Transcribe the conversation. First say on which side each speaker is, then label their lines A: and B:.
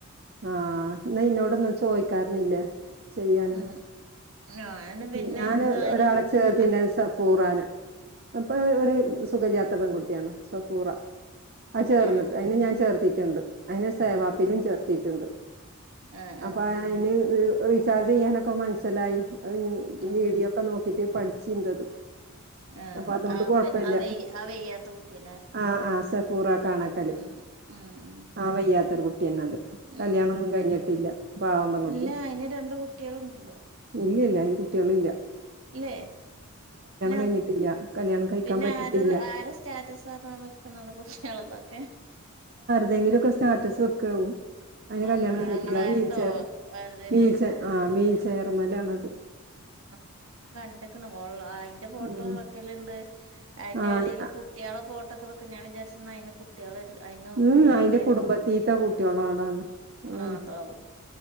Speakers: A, on the right; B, on the right.
A: ആഹ് ന്നാ ഇന്നോടൊന്നും ചോയ്ക്കാര്ന്നില്ലേ? ചെയ്യാനും
B: ഉം ഞാന് പിന്നെ
A: ഞാൻ
B: എനിക്ക്
A: ഒ ര്
B: അതില്
A: ഒരാളെ ചേർത്തിന്റെ
B: ആഹ്
A: സഫൂറാനെ അപ്പൊ ഒരു സുഖല്ലാത്ത പെൺകുട്ടിയണോ സഫുറ അഹ് ചേർന്നിട്ട്
B: ഏഹ്
A: അയിന് ഞാൻ ചേർത്തിട്ടുണ്ട്. അയിനെ സേവാപ്പിലും
B: ആഹ്
A: ചേർത്തിട്ടുണ്ട്.
B: ആഹ് ആഹ്
A: അപ്പൊ അയ്ന് റ് റീ റീചാർജ് ചെയ്യാനൊക്കെ മനസ്സിലായി. അഹ് ഞ്
B: ഉം
A: വീടിയോക്കെ നോക്കിട്ട് പഠിച്ചിണ്ടത്.
B: ആഹ്
A: അപ്പൊ അതോണ്ട്
B: ആഹ്
A: കൊഴപ്പല്ല
B: ആഹ് വെയ് ആഹ് വെയ്യാത്ത കുട്ടിയല്ലേ
A: ആഹ് ആഹ് പൂറ കാണാക്കല്
B: ഉം ഉം ഉം
A: ആഹ് വയ്യാത്തൊരു കുട് ട്ടിന്നത്. കല്യാണന്നും
B: ഉം
A: കഴിഞ്ഞിട്ടില്ല. പാവം പെൺ കുട്ടി
B: ഇല്ല അയിന് രണ്ട് കുട്ടികളുണ്ടല്ലോ
A: ഇല്ലല്ല അയിന് കുട്ട്യേള്ല്ല.
B: ഇല്ലേ നം
A: കഴിഞ്ഞിട്ടില്ല കല്യാണം കഴിക്കാൻ
B: പിന്നെ
A: പറ്റിട്ടില്ല
B: ആര് ആരെ സ്റ്റാറ്റസാണ് വെക്കുന്നത്. കുട്ട്യേൾതൊക്കെ
A: ന്തെങ്കിലൊക്കെ സ്റ്റാറ്റസ് വെക്കാഉ അതിന്
B: മ
A: കല്യാണം കഴഞ്ഞിട്ട്ല്യ.
B: ആങ്ങളാരതോ
A: അഹ് വീൽ ചേർ
B: ആരതേലും
A: വീൽ
B: ഒരു
A: ചെ ആഹ് വീൽ ചേറുംമ്മലാണ് അത്.
B: ആ ഞാൻ കണ്ടക് ണ് മോൾളായിന്റെ ഫോട്ടോ
A: ഉം
B: വെക്കല്ണ്ട്. അയിന്റെ
A: ആഹ്
B: ടേല് കുട്ട്യേളെ ഫോട്ടോക്കെ വെക്കും. ഞാൻ വിചാരിച് ന്ന അയ്ന് ട്ട്യേളേയ്റ്റ് അയിനും
A: ഉം
B: കുട്ടിണ്ടായിരിക്കും.
A: അയിന്റെ കുടുംബത്തീത്തെ കുട്ടികളാണാണ് അതാണ്
B: ആഹ് അതാവും